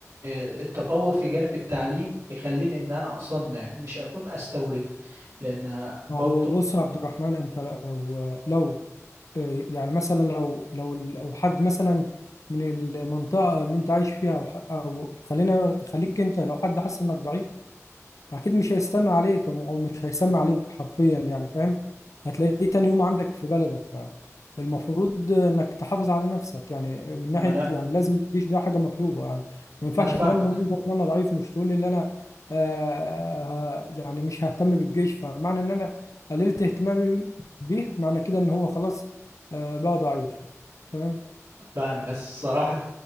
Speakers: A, on the right; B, on the left.
A: التطور في جانب التعليم يخليني ان انا اصنع مش اكون استورد لان برضو
B: ما هو بص يا عبد الرحمن انت لو لو يعني مثلا لو لو لو حد مثلا من المنطقه اللي انت عايش فيها او ح- أو خلينا خليك انت لو حد حس انك ضعيف اكيد مش هيستنى عليك او مش هيسمع عليك حرفيا يعني فاهم هتلاقيه تاني يوم عندك في بلدك فالمفروض انك تحافظ على نفسك يعني من ناحيه
A: ما انا
B: يعني لازم الجيش ده حاجه مطلوبه يعني ما ينفعش
A: ما انا فاهمك
B: ابان بمنظر ان انا ضعيف مش تقول لي ان انا آه ه- يعني مش ههتم بالجيش فمعنى ان انا قللت اهتمامي بيه معنى كده ان هو خلاص آه بقى ضعيف فاهم
A: فاهم بس صراحة